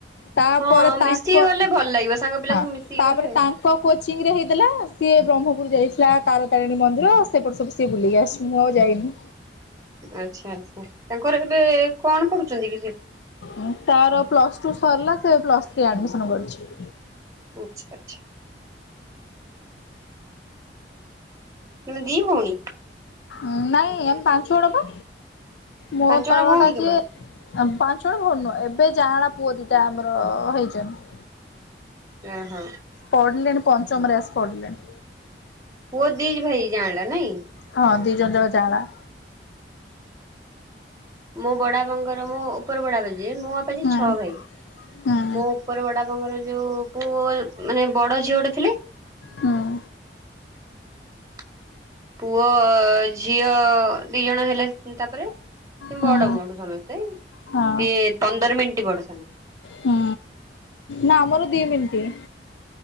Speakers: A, on the left; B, on the right.
A: ତାପରେ
B: ହଁ
A: ତାଙ୍କ
B: ମିଶିକି ଗଲେ ଭଲ ଲାଗିବ ସାଙ୍ଗ ପିଲା
A: ହଁ
B: ସବୁ ମିଶିକି
A: ତାପରେ
B: ଗଲେ।
A: ତାଙ୍କ କୋଚିଂ ରେ ହେଇଥିଲା ସିଏ ବ୍ରହ୍ମପୁର ଯାଇଥିଲା ତାରା ତାରିଣୀ ମନ୍ଦିର ସେପଟେ ସବୁ ସିଏ ବୁଲିକି ଆସିଚି ମୁଁ ଆଉ ଯାଇନି।
B: ଆଚ୍ଛା ଆଚ୍ଛା ତାଙ୍କର ଏବେ କଣ ପଡୁଚନ୍ତି କି ସିଏ?
A: ଉଁ ତାର ପ୍ଲସ୍ ଟୁ ସରଲା ସେ ପ୍ଲସ୍ ଥ୍ରୀ ଆଡମିସନ କରିଛି।
B: ଆଚ୍ଛା ଆଚ୍ଛା। ଉନେ ଦି ଭଉଣୀ?
A: ଉଁ ନାଇଁ ଆମେ ପାଞ୍ଚ ଜଣ ପା ମୋ
B: ପାଞ୍ଚ ଜଣ
A: ତଳଟା
B: ଭଉଣୀ କେବଳ?
A: ଯିଏ ଆଁ ପାଞ୍ଚ ଜଣ ଭଲ ଏବେ ଯାଆଁଳା ପୁଅ ଦିଟା ଆମର ହେଇଚନ୍ତି।
B: ଏ ହ।
A: ପଢ଼ିଲେଣି ପଞ୍ଚମରେ ଆସି ପଢ଼ିଲେଣି।
B: ପୁଅ ଦି ଭାଇ ଜାଆଁଳା ନାଇଁ?
A: ହଁ ଦି ଜଣ ଯାକ ଜାଆଁଳା।
B: ମୋ ବଡାବାଙ୍କର ମୋ ଉପର ବଡାବା ଯିଏ ମୋ ବାପା ଯିଏ
A: ହୁଁ।
B: ଛଅ ଭାଇ।
A: ହୁଁ
B: ମୋ ଉପର ବଡାବାଙ୍କର ଯୋଉ ପୁଅ ମାନେ ବଡ଼ ଝିଅଟେ ଥିଲେ।
A: ହଁ
B: <inaudible> ପୁଅ, ଝିଅ ଦି ଜଣ ହେଲେ ତାପରେ ସେ
A: ହୁଁ
B: ବଡ ମୋଠୁ ସମସ୍ତେ। ସିଏ
A: ହଁ
B: ପନ୍ଦର ମିନିଟ୍ ବଡ ସାନ।
A: ହୁଁ, ନା ଆମର ଦି ମିନିଟ।